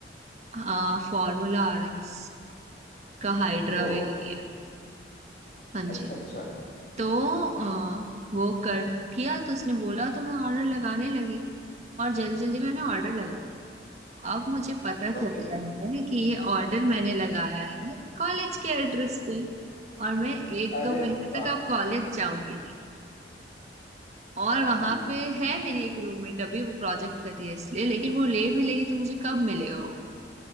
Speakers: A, on the right (about 35°); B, on the left (about 45°).
A: हाँ फॉर्मूला आर एक्स का हाइड्रा
B: ओ
A: वेल लिया हाँ जी
B: अच्छा अच्छा
A: तो अ, वो कर किया तो उसने बोला तो मैं ऑर्डर लगाने लगी और जल्दी जल्दी मैंने ऑर्डर लगा दिया अब मुझे पता चलता
B: ओके
A: है कि ये ऑर्डर मैंने लगाया है कॉलेज के एड्रेस पे और मैं एक
B: अरे
A: दो महीने
B: वाह
A: तक अब कॉलेज जाऊंगी नहीं और
B: हाँ
A: वहां
B: हाँ हाँ
A: पे है मेरी एक रूममेट अभी वो प्रोजेक्ट कर रही है इसलिए लेकिन वो ले भी लेगी तो मुझे कब मिलेगा वो